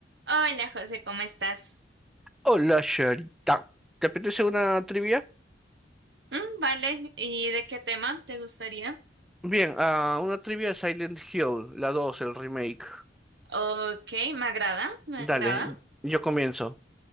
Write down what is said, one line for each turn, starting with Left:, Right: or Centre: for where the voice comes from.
Right: Hola José, ¿cómo estás?
Centre: Hola, Sharita. ¿Te apetece una trivia?
Right: Mm, vale, ¿y de qué tema te gustaría?
Centre: Bien, ah, una trivia de Silent Hill, la 2 el remake.
Right: Ok, me agrada, me
Centre: Dale,
Right: agrada.
Centre: yo comienzo.